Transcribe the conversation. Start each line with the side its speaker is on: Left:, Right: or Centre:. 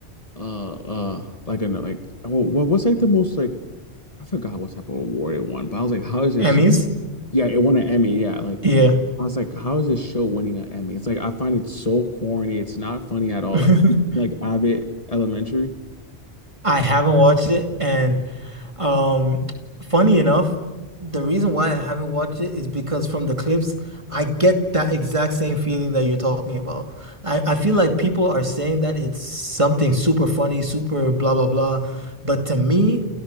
Left: uh uh like an like oh what what's like the most like I forgot what type of award it won, but I was like, how is this
Right: Emmys?
Left: show? Yeah, it won an Emmy. Yeah, like
Right: Yeah.
Left: I was like, how is this show winning an Emmy? It's like I find it so corny. It's not funny
Right: <laughs>
Left: at all.
Right: I
Left: Like <laughs> like Abbott Elementary.
Right: haven't watched it, and Um, funny enough, the reason why I haven't watched it is because from the clips, I get that exact same feeling that you're talking about. I, I feel like people are saying that it's something super funny, super blah blah blah, but to me,